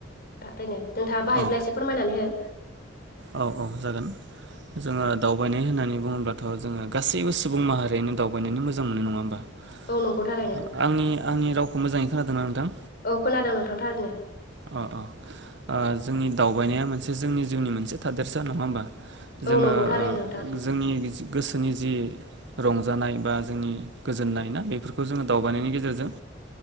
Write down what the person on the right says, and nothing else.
औ
औ औ जागोन जोङो दावबायनाय होननानै बुङोब्लाथ जोङो गासैबो सुबुं माहारियानो दावबायनानै मोजां मोनो नङा होमबा आंनि
आंनि रावखौ मोजाङै खोनादोंना नोंथां
अ अ जोंनि दावबायनाया मोनसे जोंनि जिउनि मोनसे थादेरसा नङा होमबा
जोङो
जोंनि गोसोनि जि रंजानाय बा जोंनि गोजोननाय ना बेफोरखौ जोङो दावबायनायनि गेजेरजों